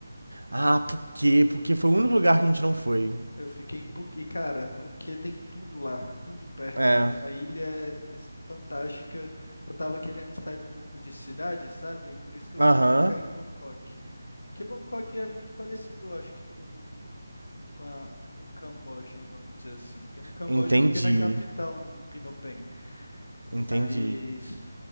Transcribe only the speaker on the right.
Ah, por quê? Porque foi o único lugar que a gente não foi.
É.
Aham.
Entendi.
Entendi.